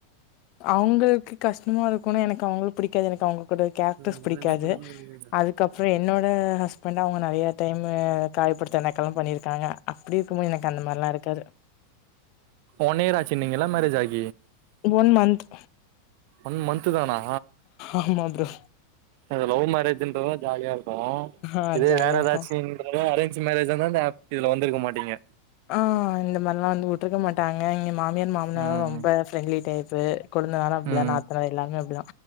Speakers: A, on the left (about 50°); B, on the right (about 60°).
A: அவங்கள்க்கு கஷ்டமா இருக் போன எனக்கு அவங்கள பிடிக்காது எனக்கு அவங்க ரோட கேரக்டர்ஸ்
B: ம்
A: பிடிக்காது
B: எல்லாமே அப்டிதா ப்ரோ
A: அதுக்கப்புற என்னோட ஹஸ்பண்ட் அவங்க நெறய டைம் <unintelligible> ஏற்ப்படுத்த நக்கலு பண்ணிருக்காங்க அப்படி இருக்கு போது எனக்கு அந்த மாரிலா இருக்காது
B: ஒன்னியர் ஆச்சுனீங்கல்ல மேரேஜ் ஆயி
A: ஒன் மந்த்
B: ஒன் மந்த் தானா
A: ஆமா ப்ரோ
B: அது லவ் மரேஜ்ன்றது தா ஜாலியா இருக் ப்போ
A: ஆ
B: இதுவே
A: ஜாலியா
B: வேற
A: இருக்கு
B: எதாச்சுண்றத அரேஞ் மேரேஜ்ஜா இருந்தா இந்த ஆப் இதுல வந்திருக்க மாட்டீங்க
A: ஆ இந்த மாரில்லா வந்து உட்ருக்க மாட்டாங்க எங்க மாமியார் மாமனாரு
B: ம்
A: ரொம்ப ஃப்ரெண்ட்லி டைப் ஃபே கொழுந்தனாலு அப்படிதா
B: ம்
A: நாத்தனா எல்லாமே அப்படிதா